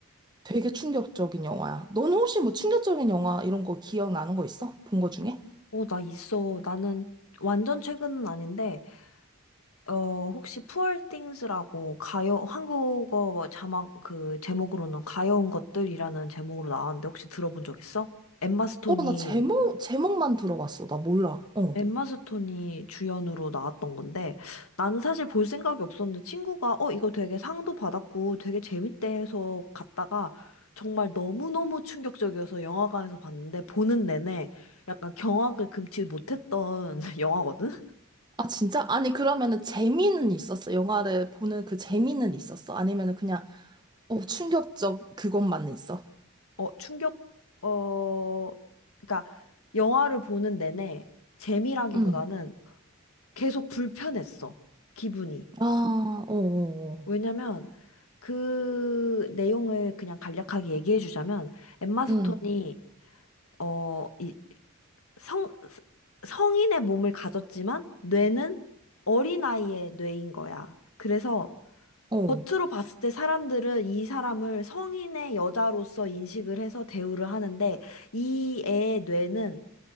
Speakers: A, on the right; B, on the left.
A: 되게 충격적인 영화야. 넌 혹시 뭐 충격적인 영화 이런 거 기억나는 거 있어? 본 거 중에?
B: 어, 나 있어. 나는 완전 최근은 아닌데, 어, 혹시 Poor Things라고 가요, 한국어 자막, 그, 제목으로는 가여운 것들이라는 제목으로 나왔는데, 혹시 들어본 적 있어? 엠마 스톤이
A: 어, 나 제목 제목만 들어봤어. 나 몰라. 어.
B: 엠마 스톤이 주연으로 나왔던 건데 나는 사실 볼 생각이 없었는데 친구가 어 이거 되게 상도 받았고 되게 재밌대 해서 갔다가 정말 너무너무 충격적이어서 영화관에서 봤는데 보는 내내 약간 경악을 금치 못했던 <laughs> 영화거든?
A: 아, 진짜? 아니, 그러면은 재미는 있었어? 영화를 보는 그 재미는 있었어? 아니면은 그냥 어, 충격적 그것만 있어?
B: 어 충격 어 그러니까 영화를 보는 내내 재미라기보다는
A: 음.
B: 계속 불편했어 기분이
A: 아, 어, 어,
B: 왜냐면 그 내용을 그냥 간략하게 얘기해 주자면 엠마 스톤이
A: 응,
B: 어, 이 성, 성인의 몸을 가졌지만 뇌는 어린아이의 뇌인 거야. 그래서
A: 어,
B: 겉으로 봤을 때 사람들은 이 사람을 성인의 여자로서 인식을 해서 대우를 하는데 이 애의 뇌는